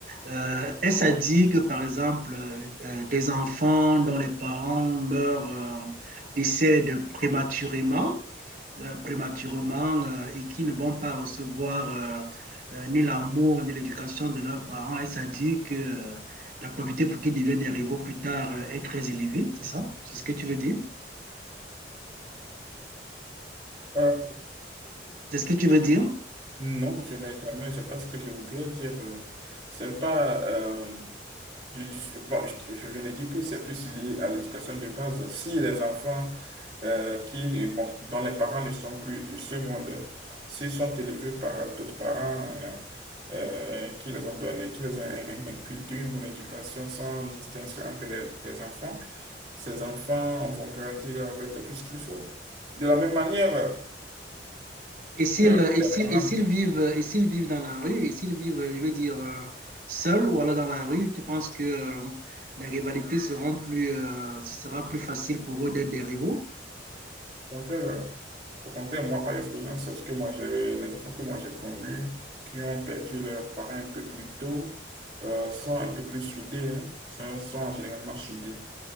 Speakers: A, on the right; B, on the right.
A: Euh, est-ce à dire que, par exemple, euh, euh, des enfants dont les parents meurent, euh, décèdent prématurément, euh, prématurément euh, et qui ne vont pas recevoir euh, euh, ni l'amour ni l'éducation de leurs parents. Et ça dit que euh, la probabilité pour qu'ils deviennent des rivaux plus tard euh, est très élevée, c'est ça? C'est ce que tu veux dire?
B: Euh,
A: C'est ce que tu veux dire?
B: Non, je n'ai jamais, c'est pas ce que je voudrais dire. euh, C'est pas, euh, je, dis- bon, je, je viens de dire que c'est plus lié à l'éducation de base. Si les enfants euh, qui, ne- bon, dont les parents ne sont plus de ce monde, s'ils sont élevés par d'autres parents euh, euh, qui les ont donnés, qui les ont in- in- inculqué une bonne éducation sans distinction entre les, les enfants, ces enfants vont grandir avec tout ce qu'il faut. De la même manière, euh,
A: Et s'ils
B: que
A: euh, et
B: les
A: s'ils,
B: parents,
A: et s'ils vivent, euh, et s'ils vivent dans la rue, et s'ils vivent, euh, je veux dire, euh, seuls ou alors dans la rue, tu penses que euh, les rivalités seront plus, euh, ce sera plus facile pour eux d'être des rivaux?
B: au contraire, Au contraire, moi, par expérience, c'est ce que moi j'ai, les enfants que moi j'ai connus qui ont perdu leurs parents un peu plus tôt euh, sont un peu plus soudés, hein, sont, sont généralement soudés.